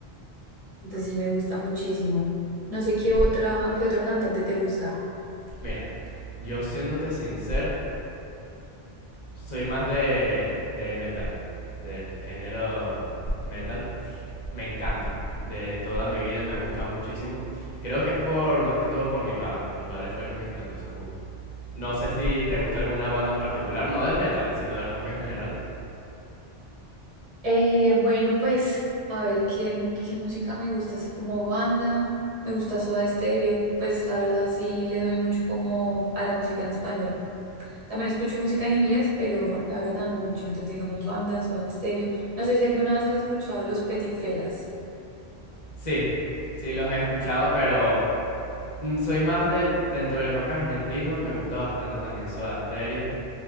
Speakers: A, on the right (about 45°); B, on the left (about 45°).
A: Entonces sí me gusta muchísimo. No sé qué
B: Y
A: otra, qué otro cantante te gusta.
B: mira, yo siéndote sincero, Soy más de, de metal, del género metal. Me encanta, de toda mi vida me ha gustado muchísimo. Creo que es por, más que todo por mi padre. Mi padre fue el que me implantó esos gustos. No sé si te gusta alguna banda en particular, no del metal, sino del rock en general.
A: Eh, bueno, pues, a ver, ¿qué, qué música me gusta? Así como banda, me gusta Soda Stereo. Pues la verdad sí le doy mucho como a la música en español. También escucho música en inglés, pero la verdad no mucho. Entonces digamos bandas, Soda Stereo. No sé si alguna vez has escuchado Los Petit Felas.
B: Sí, sí los he escuchado, pero mm, soy más del, dentro del rock argentino, me gusta bastante también Soda Stereo.